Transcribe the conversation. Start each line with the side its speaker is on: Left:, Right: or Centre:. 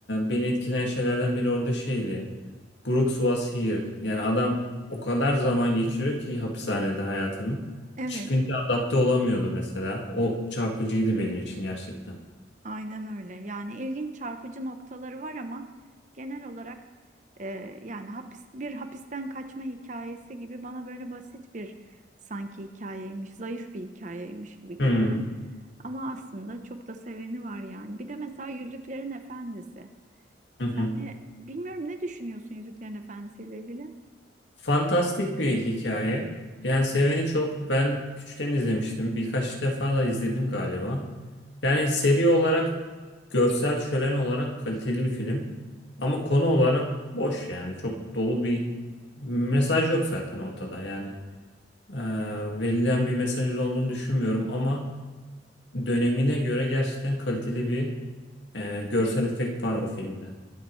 Left: beni etkileyen şeylerden biri orada şeydi. Brooks was here. Yani adam o kadar zaman geçiriyor ki hapishanede hayatını.
Right: evet.
Left: Çıkınca adapte olamıyordu mesela. O çarpıcıydı benim için gerçekten.
Right: Aynen öyle. Yani ilginç çarpıcı noktaları var ama genel olarak e, yani hapis, bir hapisten kaçma hikayesi gibi bana böyle basit bir sanki hikayeymiş, zayıf bir hikayeymiş gibi geliyor.
Left: Hmm.
Right: Ama aslında çok da seveni var yani. Bir de mesela Yüzüklerin Efendisi.
Left: <laughs>
Right: Yani bilmiyorum ne düşünüyorsun Yüzüklerin Efendisi ile ilgili?
Left: Fantastik bir hikaye. Yani seveni çok. Ben küçükken izlemiştim. Birkaç defa da izledim galiba. Yani seri olarak görsel şölen olarak kaliteli bir film. Ama konu olarak boş yani. Çok dolu bir mesaj yok zaten ortada. Yani e, verilen bir mesajın olduğunu düşünmüyorum ama dönemine göre gerçekten kaliteli bir e, görsel efekt var o filmde.